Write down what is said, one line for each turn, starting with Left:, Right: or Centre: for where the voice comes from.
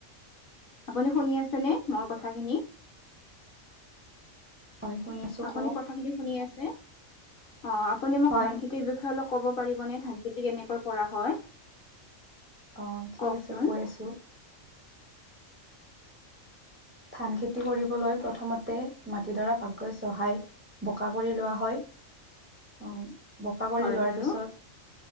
Left: আপুনি শুনি আছেনে মোৰ কথাখিনি।
Right: হয় শুনি আছো
Left: আপুনি
Right: কওক
Left: কথাখিনি শুনি আছে। অ, আপুনি মোক
Right: হয়
Left: ধান খেতিৰ বিষয়ে অলপ ক'ব পাৰিবনে ধান খেতি কেনেকৈ কৰা হয়।
Right: অ, 'ঠিক
Left: কওকচোন
Right: আছে কৈ আছো। ধান খেতি কৰিবলৈ প্ৰথমতে মাটিডৰা ভালকৈ চহায়। বোকা কৰি লোৱা হয় আহ বোকা কৰি
Left: হয়
Right: লোৱাৰ
Left: বাৰু
Right: পিছত